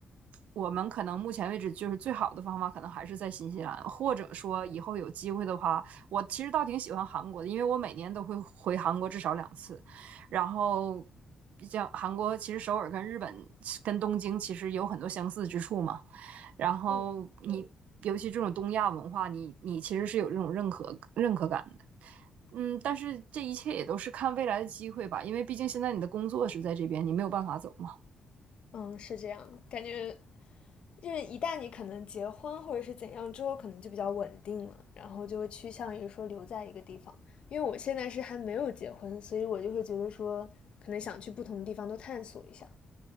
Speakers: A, on the right (about 85°); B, on the left (about 50°).
A: 我们可能目前为止就是最好的方法，可能还是在新西兰，或者说以后有机会的话，我其实倒挺喜欢韩国的，因为我每年都会回韩国至少两次，然后。像韩国，其实首尔跟日本、跟东京其实有很多相似之处嘛。然后你，
B: 嗯
A: 尤其这种东亚文化，你你其实是有这种认可认可感嗯，但是这一切也都是看未来的机会吧，因为毕竟现在你的工作是在这边，你没有办法走嘛。
B: 嗯，是这样，感觉就是一旦你可能结婚或者是怎样之后，可能就比较稳定了，然后就会趋向于说留在一个地方。因为我现在是还没有结婚，所以我就会觉得说，可能想去不同的地方都探索一下。